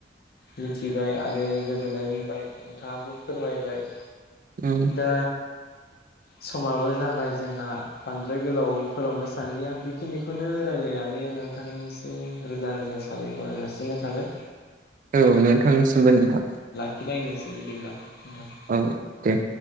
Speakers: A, on the left; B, on the right.
A: मिथिबाय आरो गोजोनबाय नोंथाङाबो फोरमायबाय
B: उम
A: दा समाबो जाबाय जोंहा बांद्राय गोलाव फोलावनो सानलिया बेखिनिखौनो रायलायनानै नोंथांनि सि म रोजा रोजा साबायखर जासिनाय थाबाय।
B: औ नोंथांनिसिमबो नोंथां
A: रायज्लाय निसै बिदिब्ला नोंथां
B: औ दे